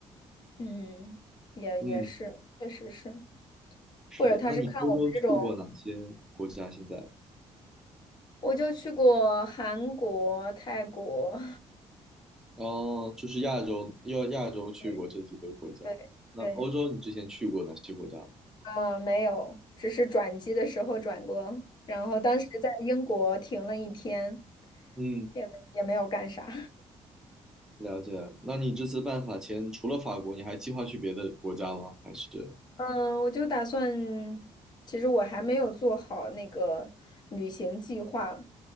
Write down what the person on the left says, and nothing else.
嗯，也也是，
确实是，
或者他是看我们这种，
我就去过韩国、泰国，
<laughs> 对。对对。
呃，没有，只是转机的时候转过，然后当时在英国停了一天，
也没也没有干啥。
嗯，我就打算，其实我还没有做好那个旅行计划，